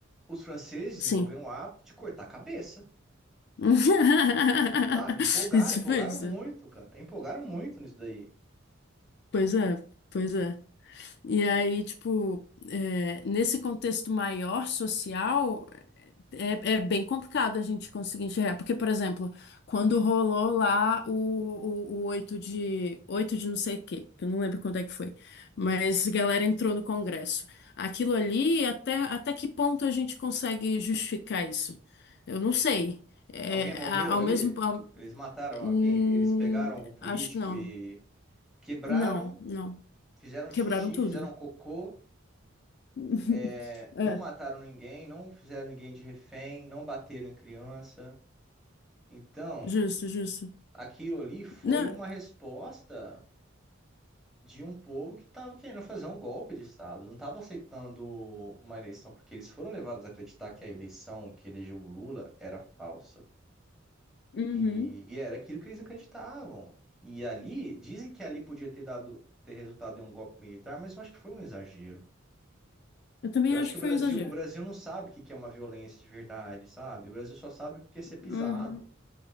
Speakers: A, in the centre; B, on the left.
A: Os franceses desenvolveram
B: Sim.
A: o hábito de cortar a cabeça,
B: <laughs>
A: sabe? Empolgaram,
B: É Tipo
A: empolgaram
B: isso.
A: muito, cara. Empolgaram muito nisso daí.
B: Pois é, pois é. E aí, tipo, é, nesse contexto maior social, é, é bem complicado a gente conseguir enxergar. Porque, por exemplo, quando rolou lá o, o, o oito de, 8 de não sei o quê, que eu não lembro quando é que foi, mas a galera entrou no Congresso. Aquilo ali, até, até que ponto a gente consegue justificar isso? Eu não sei. É,
A: Alguém morreu
B: a- ao
A: ali?
B: mesmo... ao-
A: Eles mataram alguém?
B: hum,
A: Eles pegaram algum político
B: acho que não.
A: e quebraram,
B: Não, não.
A: fizeram
B: Quebraram
A: xixi,
B: tudo.
A: fizeram cocô.
B: <laughs>
A: é,
B: É.
A: não mataram ninguém, não fizeram ninguém de refém, não bateram em criança. Então,
B: Justo, justo.
A: aquilo ali foi
B: Não,
A: uma resposta de um povo que estava querendo fazer um golpe de Estado, não estava aceitando uma eleição, porque eles foram levados a acreditar que a eleição que elegeu o Lula era falsa.
B: uhum.
A: E, e era aquilo que eles acreditavam. E ali, dizem que ali podia ter dado, ter resultado em um golpe militar, mas eu acho que foi um exagero.
B: Eu também
A: Eu acho
B: acho
A: que
B: que
A: o Brasil,
B: foi um exagero.
A: o Brasil não sabe o que que é uma violência de verdade, sabe? O Brasil só sabe o que que é ser pisado.
B: Uhum.